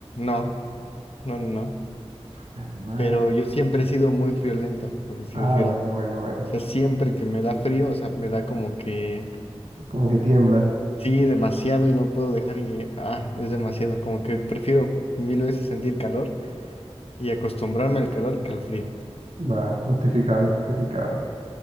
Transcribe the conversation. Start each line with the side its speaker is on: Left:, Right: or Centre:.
Left: No, no, no, no.
Right: Hermano.
Left: Pero yo siempre he sido muy friolento, por así
Right: Ah,
Left: decirlo.
Right: bueno, bueno, bueno.
Left: O sea, siempre que me da frío, o sea, me da como que
Right: Como que tiemblas.
Left: Sí, demasiado y no puedo dejar y, ah, es demasiado. Como que prefiero mil veces sentir calor y acostumbrarme al calor que al frío.
Right: Va, justificable, justificable.